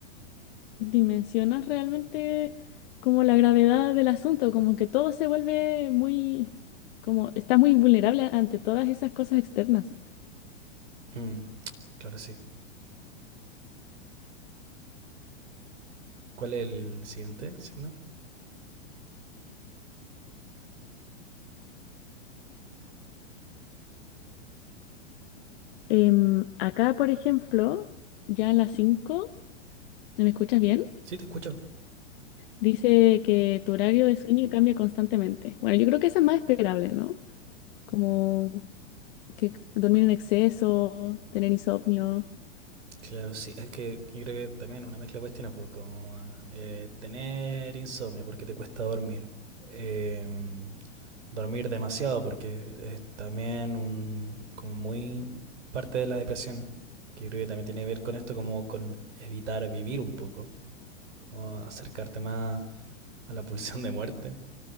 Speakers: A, on the left; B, on the right.
A: dimensionas realmente como la gravedad del asunto, como que todo se vuelve muy, como está muy vulnerable ante todas esas cosas externas.
B: Mm, claro, sí. ¿Cuál es el siguiente signo?
A: Em, acá, por ejemplo, ya a las cinco ¿me escuchas bien?
B: Sí, te escucho.
A: Dice que tu horario de sueño cambia constantemente. Bueno, yo creo que eso es más esperable, ¿no? Como que dormir en exceso, tener insomnio.
B: Claro, sí. Es que yo creo que también una mezcla de cuestiones, pues, como eh, tener insomnio porque te cuesta dormir. Eh, dormir demasiado porque es también un, como muy parte de la depresión, que creo que también tiene que ver con esto, como con evitar vivir un poco, como acercarte más a la pulsión de muerte